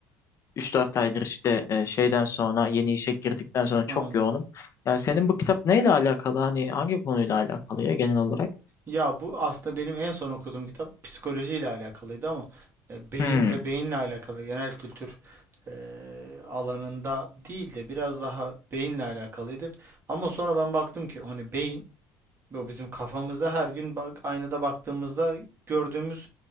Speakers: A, on the left; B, on the right.
A: üç dört aydır işte e, şeyden sonra yeni işe girdikten sonra çok
B: Ha, Anladım.
A: yoğunum. Ya senin bu kitap neyle alakalı hani hangi konuyla alakalı ya genel olarak?
B: Ya bu aslında benim en son okuduğum kitap psikolojiyle alakalıydı ama e, beyin
A: Hmm.
B: ve beyinle alakalı genel kültür e, alanında değil de biraz daha beyinle alakalıydı. Ama sonra ben baktım ki hani beyin Bu bizim kafamızda her gün bak, aynada baktığımızda gördüğümüz